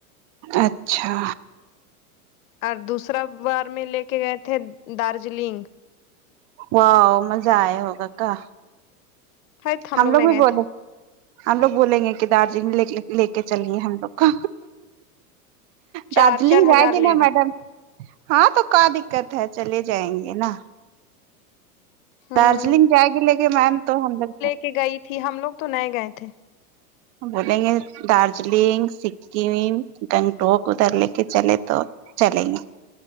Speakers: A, on the right; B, on the left.
A: اچھا
B: اور دوسرا بار میں لے کے گئے تھے دارجلنگ
A: واؤ مزہ آئے ہوگا کا
B: ہیت
A: ہم لوگ
B: نہیں
A: بھی
B: گئے
A: بولے
B: تھے
A: ہم لوگ بولیں گے کہ دارجلنگ میں لے کے چلے ہم لوگ کا
B: چار
A: دارجلگ
B: چار
A: جائے
B: ہزار
A: گی
B: لے
A: نا
B: گا
A: میڈم ہاں تو کا دکت ہے چلے جائیں گے نا
B: ہوں
A: دارجلنگ جائے گی لے کے میم تو ہم لوگ
B: کہ گئی تھی ہم لوگ تو نئے گئے تھے
A: بولیں گے دارجلنگ سکم گنٹوک ادھر لے کے چلے تو چلیں گے